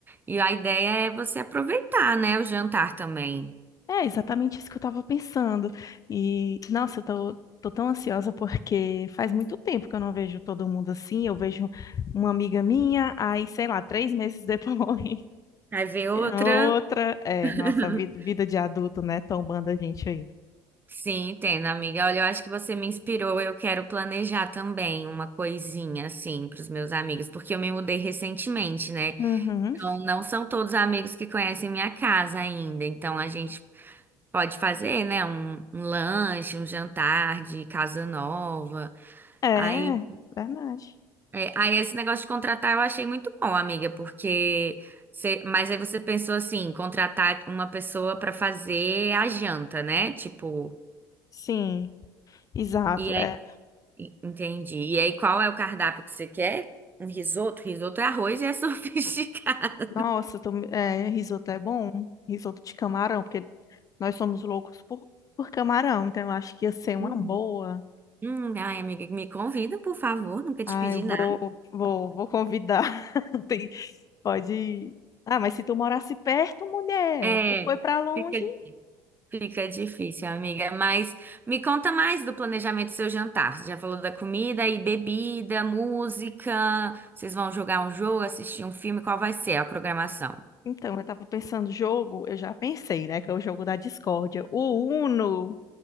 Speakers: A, on the right (about 20°); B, on the left (about 40°).
A: E a ideia é você aproveitar, né, o jantar também.
B: É exatamente isso que eu tava pensando. E, nossa, eu tô, tô tão ansiosa porque faz muito tempo que eu não vejo todo mundo assim. Eu vejo uma amiga minha, aí, sei lá, três meses depois. <laughs>
A: Aí ver outra.
B: A Outra, é,
A: <laughs>
B: nossa, vida, vida de adulto, né? Tombando a gente aí.
A: Sim, entendo, amiga. Olha, eu acho que você me inspirou. Eu quero planejar também uma coisinha assim para os meus amigos, porque eu me mudei recentemente, né?
B: Uhum.
A: Então, não são todos amigos que conhecem minha casa ainda. Então, a gente pode fazer, né? Um, um lanche, um jantar de casa nova.
B: É,
A: Aí,
B: verdade.
A: é, aí esse negócio de contratar eu achei muito bom, amiga, porque você- mas aí você pensou assim, contratar uma pessoa para fazer a janta, né? Tipo.
B: Sim, exato.
A: e En-
B: É.
A: Entendi. E aí, qual é o cardápio que você quer? Um risoto? Risoto é arroz e é <laughs> sofisticado.
B: Nossa, tô me- é, risoto é bom. Risoto de camarão, porque nós somos loucos por, por camarão, então eu acho que ia ser uma
A: Hum,
B: boa.
A: Hum, ai, amiga, me convida, por favor. Nunca
B: Ah,
A: te pedi
B: eu vou,
A: nada.
B: vou, vou convidar. <laughs> Tem- pode. Ah, mas se tu morasse perto, mulher,
A: É,
B: tu foi pra longe?
A: fica, fica difícil, amiga. Mas me conta mais do planejamento do seu jantar. Você já falou da comida e bebida, música. Vocês vão jogar um jogo, assistir um filme? Qual vai ser a programação?
B: Então, eu tava pensando, jogo, eu já pensei, né? Que é o jogo da discórdia. O Uno.